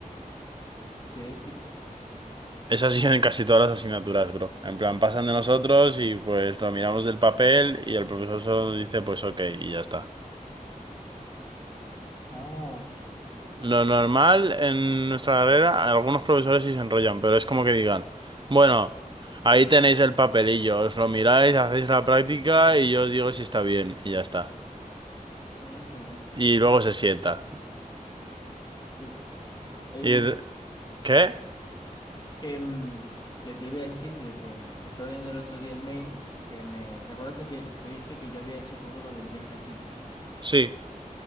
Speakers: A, on the left; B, on the right.
A: Qué épico.
B: Es así en casi todas las asignaturas, bro. En plan, pasan de nosotros y pues lo miramos del papel y el profesor solo nos dice pues ok y ya está.
A: Ah,
B: Lo normal en nuestra carrera, algunos profesores sí se enrollan, pero es como que digan, bueno, ahí tenéis el papelillo, os lo miráis, hacéis la práctica y yo os digo si está bien y ya está.
A: ah, qué bueno.
B: Y luego se sienta.
A: Sí. Ey,
B: ¿Y qué?
A: que, mm, que te iba a decir de que mm, estaba viendo el otro día el mail y que me... ¿Te acuerdas de que te dije que yo había hecho todo lo del viaje a China, ¿no?
B: Sí,